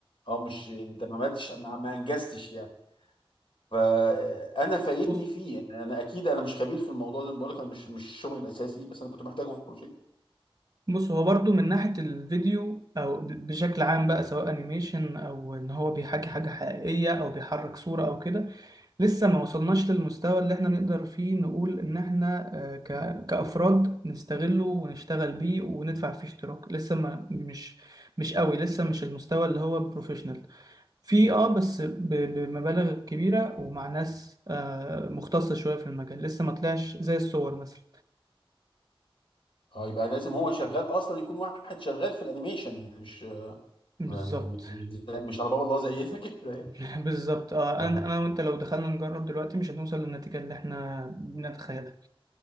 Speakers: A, on the left (about 65°); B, on the right (about 40°).
A: اه مش انت ما عملتش ما ما انجزتش يعني. فانا فايتني
B: بص
A: فيه يعني انا اكيد انا مش خبير في الموضوع زي ما بقول لك انا مش مش شغلي الاساسي بس انا كنت محتاجه في بروجكت
B: بص هو برضو من ناحية الفيديو او ب- بشكل عام بقى سواء انيميشن او ان هو بيحكي حاجة حقيقية او بيحرك صورة او كده لسه ما وصلناش للمستوى اللي احنا نقدر فيه نقول ان احنا آه، ك... كأفراد نستغله ونشتغل بيه وندفع فيه اشتراك لسه ما مش مش قوي لسه مش المستوى اللي هو بروفيشنال في اه بس ب- بمبالغ كبيرة ومع ناس آه مختصة شوية في المجال لسه ما طلعش زي الصور مثلا
A: اه يبقى لازم هو شغال اصلا يكون واحد شغال في الانيميشن يعني مش
B: بالظبط
A: ما- ما- مش مش على باب الله زينا <laughs> كده يعني.
B: <laughs> بالظبط اه
A: اه
B: انا انا وانت لو دخلنا نجرب دلوقتي مش هنوصل للنتيجة اللي احنا بنتخيلها